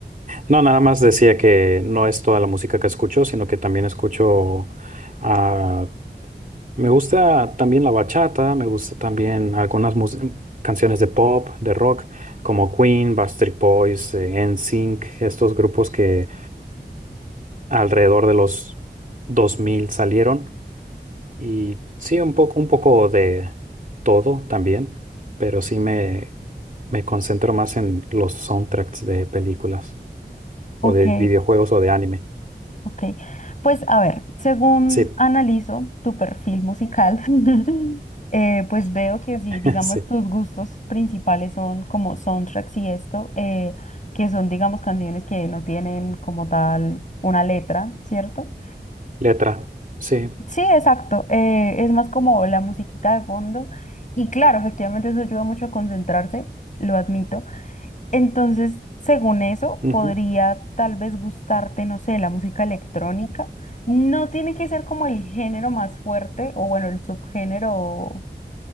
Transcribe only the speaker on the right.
No, nada más decía que no es toda la música que escucho, sino que también escucho, ah, me gusta también la bachata, me gusta también algunas mus- canciones de pop, de rock, como Queen, Backstreet Boys, eh, NSYNC, estos grupos que alrededor de los 2000 salieron y sí, un poco, un poco de todo también, pero sí me, me concentro más en los soundtracks de películas
o de videojuegos o de anime.
Sí,
<laughs>
sí.
Letra, sí.
ujú.